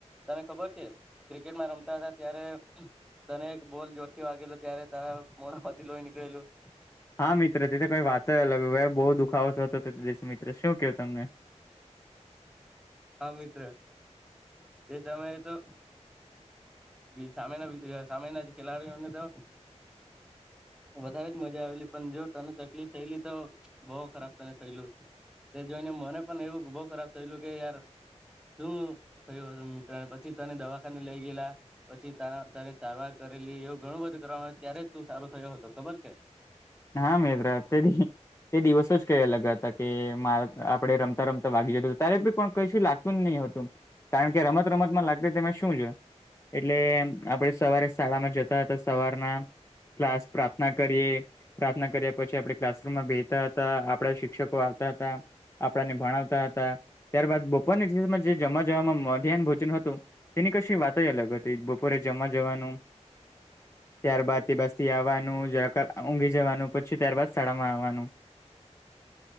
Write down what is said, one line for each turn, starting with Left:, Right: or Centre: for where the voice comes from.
Centre: તને ખબર છે? ક્રિકેટમાં રમતા હતા ત્યારે તને એક બોલ જોરથી વાગેલો ત્યારે તારા મોડાંમાંથી લોઈ નીકળેલું.
Left: હા મિત્ર તે તો કઈ વાત અલગ હ બહુ દુખાવો થતો હતો દસ મિત્ર શું કહું તમને.?
Centre: હા મિત્ર તે સમયે તો સામેના સામેના ખેલાડીઓને તો વધારે જ મજા આવેલી, પણ જો તને તકલીફ થયેલી તો બહુ ખરાબ તને થયેલું. તે જોઈને, મને પણ એવું બહુ ખરાબ થયેલું કે યાર શું થયું હતું મિત્ર ને પછી તને દવાખાને લઈ ગયેલા પછી તારા તારી સારવાર કરેલી એવું ઘણું બધું કરવાનું ત્યારે તું સારું થયો હતો ખબર છે?
Left: હા મિત્ર તે તે દિવસો જ કઈ અલગ હતા. કે મા આપડે રમતા રમતા વાગી જું તારે પણ કઈશું લાગ <inaudible> હતું કારણ કે રમત રમતમાં લાગતી તેમે શું જોયે. એટલે આપણે સવારે શાળામાં જતા હતા સવારના ક્લાસ પ્રાર્થના કરીએ. પ્રાર્થના કર્યા પછી આપણે ક્લાસરૂમમાં બેહતા હતા આપડા શિક્ષકો આવતા હતા. આપણાને ભણાવતા હતા ત્યારબાદ બપોરમાં જે જમ જમાં મધ્યાહન ભોજન હતું. તેની કશી વાત જ અલગ હતી બપોરે જમવા જવાનું ત્યાર બાાદથી બસ થી આવવાનું જ ઊંઘી જવાનું પછી ત્યારબાદ શાળામાં આવવાનું.